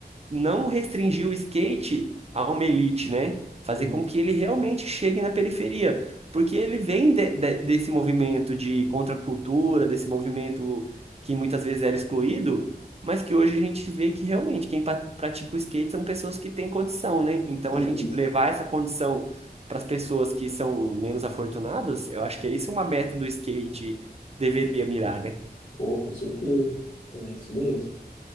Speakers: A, on the right; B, on the left.
A: não restringir o skate a uma elite, né? Fazer
B: Sim,
A: com que ele realmente chegue na periferia. Porque ele vem de- de- desse movimento de contracultura, desse movimento que muitas vezes era excluído, mas que hoje a gente vê que realmente quem pa- pratica o skate são pessoas que têm condição, né? Então a gente
B: isso.
A: levar essa condição para as pessoas que são menos afortunadas, eu acho que é isso uma meta do skate deveria mirar, né?
B: Pô, com certeza. É isso mesmo.